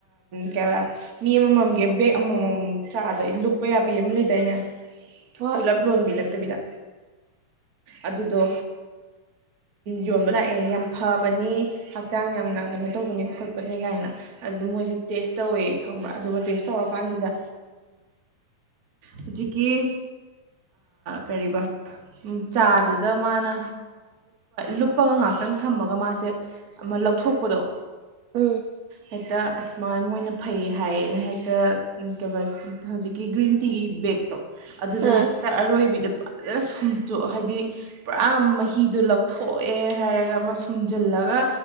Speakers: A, on the right; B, on the right.
A: ꯀꯩ ꯃꯤ ꯑꯃꯃꯝꯒꯤ ꯕꯦꯛ ꯑꯃꯃꯝ ꯆꯥꯗ ꯂꯨꯞꯄ ꯌꯥꯕꯤ ꯑꯃ ꯂꯩꯗꯥꯏꯅꯦ
B: ꯍꯣꯏ
A: ꯄꯨꯂꯞ ꯂꯣꯟꯕꯤ ꯅꯠꯇꯕꯤꯗ ꯑꯗꯨꯗꯣ ꯌꯣꯟꯕ ꯂꯥꯛꯑꯦ ꯌꯥꯝ ꯐꯕꯅꯤ ꯍꯛꯆꯥꯡ ꯌꯥꯝꯅ ꯀꯩꯅꯣ ꯇꯧꯕꯅꯤ ꯈꯣꯠꯄꯅꯤ ꯀꯥꯏꯅ ꯑꯗꯨꯗ ꯃꯣꯏꯁꯦ ꯇꯦꯁ ꯇꯧꯋꯦ ꯈꯪꯕ ꯑꯗꯨꯒ ꯇꯦꯁ ꯇꯧꯔꯀꯥꯟꯁꯤꯗ ꯍꯧꯖꯤꯛꯀꯤ ꯀꯔꯤꯕ ꯆꯥꯗꯨꯗ ꯃꯥꯅ ꯂꯨꯞꯄꯒ ꯉꯥꯏꯍꯥꯛꯇꯪ ꯊꯝꯃꯒ ꯃꯥꯁꯦ ꯑꯃ ꯂꯧꯊꯣꯛꯄꯗꯣ
B: ꯎꯝ
A: ꯍꯦꯛꯇ ꯑꯁꯃꯥꯏꯜ ꯃꯣꯏꯅ ꯐꯩ ꯍꯥꯏꯌꯦꯅ ꯍꯦꯛꯇ ꯀꯩ ꯍꯧꯖꯤꯛꯀꯤ ꯒ꯭ꯔꯤꯟ ꯇꯤꯒꯤ ꯕꯦꯛꯇꯣ ꯑꯗꯨꯗꯣ
B: ꯑ
A: ꯍꯦꯛꯇ ꯑꯔꯣꯏꯕꯤꯗ ꯐꯖꯅ ꯁꯨꯝꯇꯣꯛ ꯍꯥꯏꯗꯤ ꯄꯨꯔꯥ ꯃꯍꯤꯗꯣ ꯂꯧꯛꯊꯣꯛꯑꯦ ꯍꯥꯏꯔꯒ ꯑꯃ ꯁꯨꯝꯖꯤꯜꯂꯒ